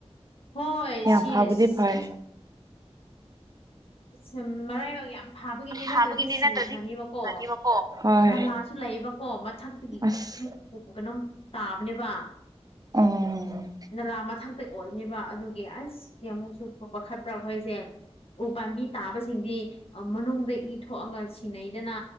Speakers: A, on the left; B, on the right.
A: ꯍꯣꯏ
B: ꯌꯥꯝ
A: ꯁꯤꯔꯁꯤ
B: ꯐꯕꯗꯤ ꯐꯔꯦ
A: ꯑꯁ ꯃꯔꯥꯏꯕꯛ ꯌꯥꯝ ꯐꯥꯕꯒꯤꯅꯤ
B: ꯊꯥꯕꯒꯤꯅꯤ
A: ꯅꯠꯇ꯭ꯔꯗꯤ ꯁꯤꯈ꯭ꯔꯅꯤꯕꯀꯣ
B: ꯅꯠꯇ꯭ꯔꯗꯤ ꯊꯤꯈ꯭ꯔꯅꯤꯕꯀꯣ ꯍꯣꯏ
A: ꯅꯂꯥꯁꯨ ꯂꯩꯌꯦꯕꯀꯣ ꯃꯊꯛꯇꯒꯤ
B: ꯑꯁ
A: ꯑꯃꯨꯛ ꯀꯩꯅꯣꯝ ꯇꯥꯕꯅꯦꯕ
B: ꯎꯝ
A: ꯅꯂꯥ ꯃꯊꯪ ꯑꯣꯏꯕꯅꯤꯕ ꯑꯗꯨꯒꯤ ꯑꯁ ꯀꯩ ꯑꯃꯨꯛꯁꯨ ꯐꯛꯄ ꯈꯠꯄ꯭ꯔꯥ ꯑꯩꯈꯣꯏꯁꯦ ꯎ ꯄꯥꯝꯕꯤ ꯇꯥꯕꯁꯤꯡꯗꯤ ꯃꯅꯨꯡꯗ ꯏ ꯊꯣꯛꯑꯒ ꯁꯤꯅꯩꯗꯅ